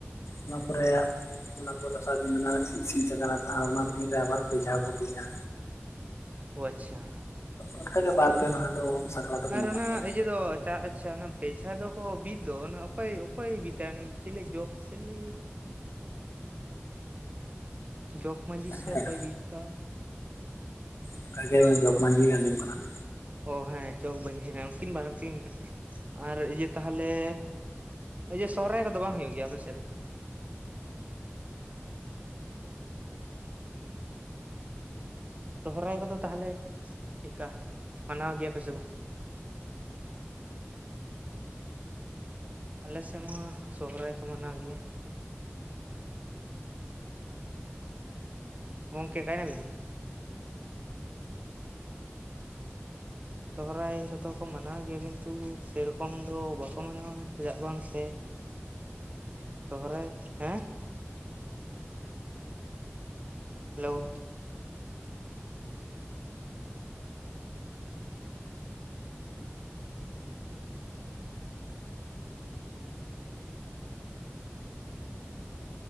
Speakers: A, on the left (about 80°); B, on the right (about 35°).
A: ᱚᱱᱟ ᱯᱚᱨᱮ
B: ᱚ
A: ᱚᱱᱟ ᱯᱚᱨ ᱫᱚᱥᱟᱨ ᱫᱤᱱ ᱠᱟᱱᱟ ᱥᱤᱧ ᱥᱤᱧ ᱥᱟᱠᱨᱟᱛ ᱟᱨ ᱚᱱᱟ ᱫᱤᱱ ᱨᱮ ᱟᱵᱟᱨ ᱵᱷᱮᱡᱷᱟ ᱠᱚ ᱛᱩᱧᱟ᱾
B: ᱚ ᱟᱪᱷᱟ
A: ᱚᱱᱠᱟᱜᱮ
B: ᱟᱨ,
A: ᱵᱟᱨ ᱯᱮ ᱢᱟᱦᱟ ᱫᱚ ᱥᱟᱠᱨᱟᱛ ᱫᱚᱠᱚ
B: ᱟᱨ
A: ᱢᱟᱱᱟᱣ
B: ᱚᱱᱟ
A: ᱜᱮᱭᱟ
B: ᱤᱭᱟᱹ ᱫᱚ ᱪᱷᱟ ᱟᱪᱷᱟ ᱚᱱᱟ ᱵᱮᱡᱷᱟ ᱫᱚᱠᱚ ᱵᱤᱫᱽ ᱚᱱᱟ ᱚᱠᱚᱭ ᱚᱠᱚᱭᱮ ᱵᱤᱫᱟ ᱩᱱᱤ ᱪᱤᱞᱮ ᱡᱚᱜᱽ ᱪᱤᱞᱤ <unintelligible> ᱡᱚᱜᱽ ᱢᱟᱺᱡᱷᱤ ᱥᱮ
A: ᱦᱮᱸ
B: ᱚᱠᱚᱭ ᱵᱤᱫᱽᱷᱟ?
A: ᱚᱱᱠᱟ ᱜᱮ ᱡᱚᱜᱽ ᱢᱟᱺᱡᱷᱤ ᱜᱮ ᱟᱸᱡᱚᱢ ᱠᱟᱱᱟ ᱾
B: ᱚ ᱦᱮᱸ ᱡᱚᱜᱽ ᱵᱟᱺᱡᱤ ᱦᱮᱸ ᱩᱱᱠᱤᱱ ᱵᱟᱱᱟᱨ ᱛᱮᱜᱮ ᱢᱮᱛᱟᱜ ᱟᱨ ᱤᱭᱟᱹ ᱛᱟᱦᱚᱞᱮ ᱤᱭᱟᱹ ᱥᱚᱦᱚᱨᱟᱭ ᱠᱚᱫᱚ ᱵᱟᱝ ᱦᱩᱭᱩᱜ ᱜᱮᱭᱟ ᱟᱯᱮ ᱥᱮᱡ ᱫᱚ? ᱥᱚᱦᱚᱨᱟᱭ ᱠᱚᱫᱚ ᱛᱟᱦᱚᱞᱮ ᱪᱮᱫᱠᱟ ᱢᱟᱱᱟᱣ ᱜᱮᱭᱟᱯᱮ ᱥᱮ ᱵᱟᱝ? ᱟᱞᱮ ᱥᱮᱫ ᱢᱟ ᱥᱚᱦᱚᱨᱟᱭ ᱠᱚ ᱢᱟᱱᱟᱣ ᱜᱮᱭᱟ ᱾ ᱜᱚᱝᱠᱮ ᱚᱠᱟᱭᱱᱟ ᱵᱤᱱ? ᱥᱚᱦᱨᱟᱭ ᱠᱚᱫᱚ ᱠᱚ ᱢᱟᱱᱟᱣ ᱜᱮᱭᱟ ᱠᱤᱱᱛᱩ ᱥᱮᱨᱚᱠᱚᱢ ᱫᱚ ᱵᱟᱠᱚ ᱢᱟᱱᱟᱣᱟ᱾ ᱪᱮᱫᱟᱜ ᱵᱟᱝ ᱥᱮ ᱥᱚᱦᱨᱟᱭ, ᱦᱮᱸ? ᱦᱮᱞᱳ